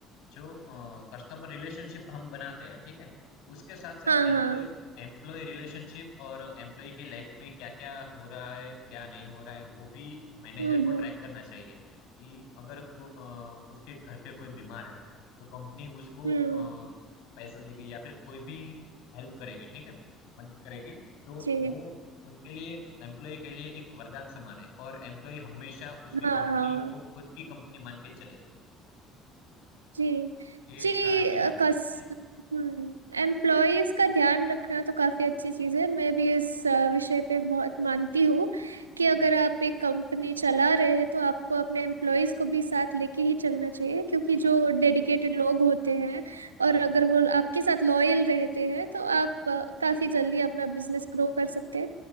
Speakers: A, on the left (about 65°); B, on the right (about 85°).
A: जो अ, कस्टमर रिलेशनशिप हम बनाते हैं, ठीक है? उसके साथ-साथ
B: हाँ
A: एम्प्लॉय
B: हाँ
A: एम्प्लॉयी रिलेशनशिप और एम्प्लॉयी की लाइफ में क्या-क्या हो रहा है, क्या नहीं हो रहा है, वो भी मैनेजर
B: हम्म
A: को
B: हम्म।
A: ट्रैक करना चाहिए कि अगर को अ, उसके घर पे कोई बीमार है, तो कंपनी उसको
B: हम्म
A: अ, पैसा देगी या फिर कोई भी हेल्प करेगी, ठीक है? मदद करेगी, तो
B: जी
A: वो उनके लिए एम्प्लॉई के लिए एक वरदान समान है और एम्प्लॉई हमेशा उसकी
B: हाँ
A: कंपनी
B: हाँ
A: को खुद की कंपनी मान के चलेगा
B: जी
A: तो ये लिखा
B: जी
A: है किताब
B: अ, कस
A: में जी
B: हम्म एम्प्लॉयज का ध्यान रखना तो काफी अच्छी चीज है मैं भी इस अ, विषय पे बहुत मानती हूँ कि अगर
A: जी
B: आप एक कंपनी चला रहे हैं तो आपको अपने एम्प्लॉयज को भी साथ लेके ही चलना चाहिए क्योंकि जो डेडिकेटेड लोग होते हैं
A: जी
B: और अगर वो आपके साथ लॉयल रहते हैं तो आप अ, काफी जल्दी अपना बिजनेस ग्रो कर सकते हैं